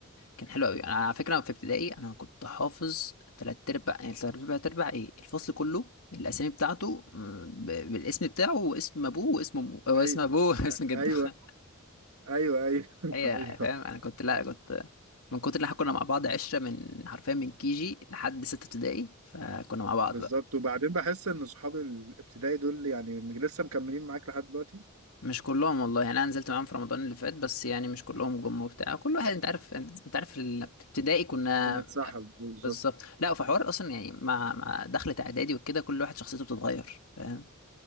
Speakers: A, on the left; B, on the right.
A: كان حلو قوي انا على فكره في ابتدائي انا كنت حافظ تلات ارباع يعني تلات ارباع تربع ايه الفصل كله الاسامي بتاعته م، ب- بالاسم بتاعه واسم ابوه واسم امه واسم
B: ايوه
A: ابوه <laughs> واسم جده
B: ايوه ايوه ايوه <laughs>
A: هي
B: ايوه
A: فاهم انا كنت لا كنت من كتر اللي احنا كنا مع بعض عشره من حرفيا من كي جي لحد سته ابتدائي فكنا مع بعض
B: بالظبط
A: بقى
B: وبعدين بحس ان صحاب الابتدائي دول يعني م- لسه مكملين معاك لحد دلوقتي
A: مش كلهم والله يعني انا نزلت معاهم في رمضان اللي فات بس يعني مش كلهم جم وبتاع كل واحد انت عارف انت عارف ال- ابتدائي كنا
B: بنتسحب بالظبط
A: بالظبط لا في حوار اصلا يعني مع مع دخلة اعدادي وكده كل واحد شخصيته بتتغير فاهم